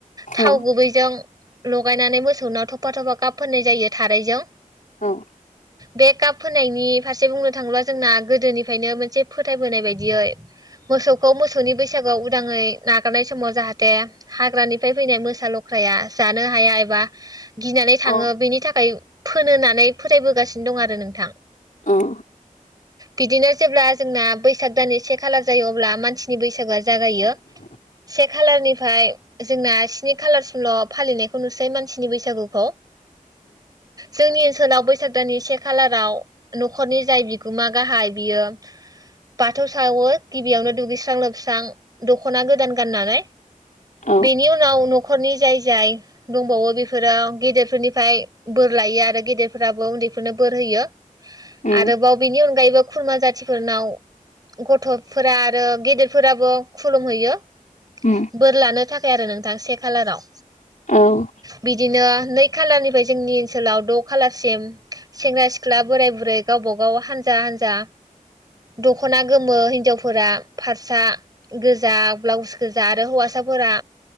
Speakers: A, on the right (about 25°); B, on the left (about 60°).
A: थाव
B: औ
A: गुबैजों लगायनानै मोसौनाव थफा थफा गाब फोननाय जायो थारैजों।
B: औ
A: बेकाप होनायनि फारसे बुंनो थाङोब्ला जोंना गोदोनिफ्रायनो मोनसे फोथायबोनाय बायदियै मोसौखौ मोसौनि बैसागोआव उदाङै नागारनाय समाव जाहाथे हाग्रानिफ्राय फैनाय मोसा लख्राया जानो हाया एबा गिनानै थाङो
B: औ
A: बेनि थाखाय फोनो होननानै फोथायबोगासिनो दं आरो नोंथां।
B: उम
A: बिदिनो जेब्ला जोंना बैसाग दाननि से खालार जायो अब्ला मानसिनि बैसागोआ जागायो। से खालारनिफ्राय जोंना स्नि खालारसिमल' फालिनायखौ नुसै मानसिनि बैसागुखौ। जोंनि ओनसोलाव बैसाग दाननि से खालाराव न'खरनि जाय बिगोमा गाहाय बियो बाथौ सावो गिबियावनो दुगैस्रां लोबस्रां दख'ना गोदान गाननानै।
B: औ
A: बेनि उनाव न'खरनि जाय जाय दंबावो बेफोरो गेदेरफोरनिफ्राय बोर लायो आरो गेदेरफोराबो उन्दैफोरनो बोर होयो। आरोबाव
B: उम
A: बेनि अनगायैबो खुरमा जातिफोरनाव गथ'फोरा आरो गेदेरफोराबो खुलुमहैयो।
B: उम
A: बोर लानो थाखाय आरो नोंथां से खालाराव
B: औ
A: बिदिनो नै खालारनिफाय जोंनि ओनसोलाव द' खालारसिम सेंग्रा सिख्ला बोराय बुरै गावबा गाव हानज जा हानजा दख'ना गोमो हिनजावफोरा फारसा गोजा ब्लाउस गोजा आरो हौवासाफो फोरा